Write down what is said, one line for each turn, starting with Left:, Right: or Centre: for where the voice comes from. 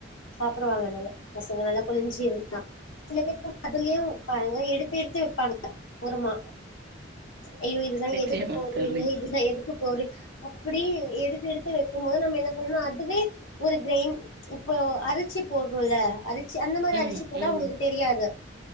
Left: சாப்புடுவாங்க நல்லா பசங்க நல்லா கொளிஞ்சி இருந்தா சில பேர் <unintelligible> அதுலியு பாருங்க எடுத்து எடுத்து வெப்பாங்க ஓரமா ஐய்யோ இதுலா
Right: நிச்சயமா
Left: எதுக்கு போறிங்க
Right: தோழி.
Left: இதுலா எதுக்கு போறி அப்பிடி எடுத்து எடுத்து வைக்கும் போது நம்ம என்ன பண்ணனு அதுவே ஒரு கிரைண் இப்போ அரச்சி போடுறோல்ல அரிச் சி அந்த மாரி
Right: ம்,
Left: அரிச்சு போட்டா
Right: ம்.
Left: அவுங்களுக்கு தெரியாது